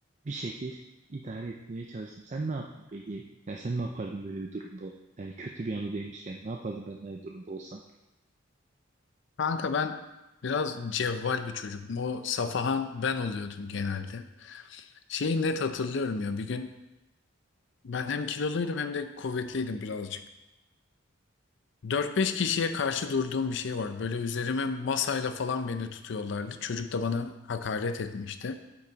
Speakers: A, on the right; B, on the left.
A: bir şekil idare etmeye çalıştım. Sen ne yaptın peki? Ya sen ne yapardın böyle bir durumda? Yani kötü bir anı demişken ne yapardın ben de aynı durumda olsam?
B: Kanka ben biraz cevval bir çocuk. O Safahan ben oluyordum genelde. Şeyi net hatırlıyorum ya bir gün ben hem kiloluydum hem de kuvvetliydim birazcık. Dört beş kişiye karşı durduğum bir şey var. Böyle üzerime masayla falan beni tutuyorlardı. Çocuk da bana hakaret etmişti.